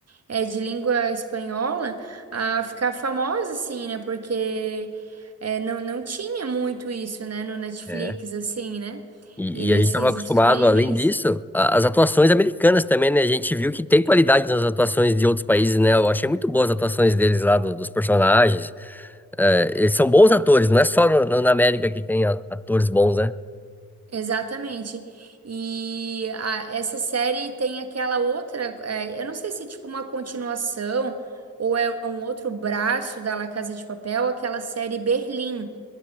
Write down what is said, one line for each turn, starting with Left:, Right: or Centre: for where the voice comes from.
Right: é, de língua espanhola a ficar famosa, assim, né? Porque é, não, não tinha muito isso, né, no Netflix,
Centre: É.
Right: assim, né?
Centre: E,
Right: E nesses
Centre: e a gente estava acostumado,
Right: streamings.
Centre: além disso, a- as atuações americanas também, né? A gente viu que tem qualidade nas atuações de outros países, né? Eu achei muito boas as atuações deles lá, do- dos personagens. É, eles são bons atores, não é só no- no- na América que tem a- atores bons, né?
Right: Exatamente. E a- essa série tem aquela outra, é, eu não sei se é tipo uma continuação ou é um outro braço da La Casa de Papel, aquela série Berlim,